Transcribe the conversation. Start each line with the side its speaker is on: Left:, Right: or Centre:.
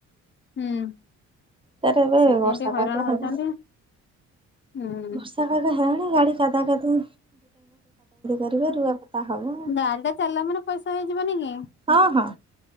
Left: ହୁଁ
Right: ତାର ଏବେ
Left: ସେଇଥିପାଇଁ
Right: ବର୍ଷା
Left: ଟିକେ ହଇରାଣ
Right: ପାଗ ହେଲା।
Left: ହଉଛନ୍ତି ହୁଁ।
Right: ବର୍ଷା <inaudible> କତାକତି କରିବେ ରୁଆପତା ହବ
Left: ଗାଡିଟା ଚାଲିଲା ମାନେ ପଇସା ହେଇଯିବନି କି?
Right: ହଁ ହଁ।